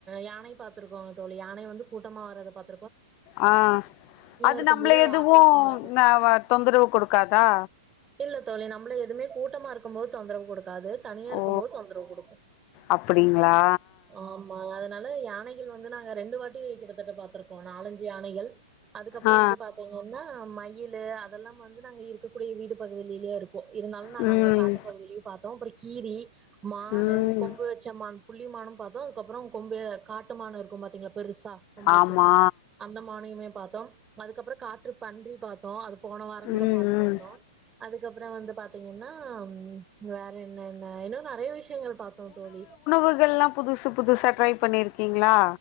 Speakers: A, on the right; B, on the left.
A: யானை பாத்துருக்கோங்க தோழி யானை வந்து கூட்டமா வர்த பாத்து
B: ஆ அது
A: இருக்கும்
B: நம்மள
A: போது அது
B: எதுவு
A: ஆக்ரோஷமா இருக்கு
B: ந தொந்தரவு கொடுக்காதா
A: இல்ல தோழி நம்மள எதுவுமே கூட்டமாக இருக்கும்போது தொந்தரவு கொடுக் காது தனியா இருக்கும்போது
B: ஓ
A: தொந்தரவு கொடுக்கும்
B: அப்டிங்களா
A: ஆமா அதனால யானைகள் வந்து நாங்க ரெண்டு வாட் டி கிட்டத்தட்ட பாத்திருக்கோ நாலஞ்சு யானைகள் அதுக்கப்பற
B: ஆ ஆ
A: வந்து பாத்தீங்கன்னா மயில் லு அதெல்லா வந்து நாங்க இருக்கக்கூடிய வீடு பகுதியிலேயே இரு இருந்தாலு நாங்க
B: ஆ ம்
A: அங்க காட்டு பகுதியிலயும் பாத்தோம் அ கீரி மானு
B: ம்
A: கொம்பு வச்ச மான் புள்ளிமானும் பாத்தோ அதுக்கப்பற கொம்பு காட்டுமானு இருக்கும் பாத்தீங்களா பெருசு சா கொம்புவச்சு
B: ஆமா
A: அந்த மானையுமே பார்த்தோம் அதுக்கப்புறம் காற்று பன்றி பார்த்தோம் அது போன வாரம் கூட
B: ம்
A: பாார்த்துட்டு
B: ம்
A: வந்தோம் அதுக்கப்புறம் வந்து பாார்த்தீங்கன்னா உம் வேற என்னன இன்னும் நெறைய விஷயம் விஷயங்கள் பாத்தோம் தோழி
B: உணவுகள் எல்லா புதுசு புதுசா ட்ரை பண்ணிருக்கீங்களா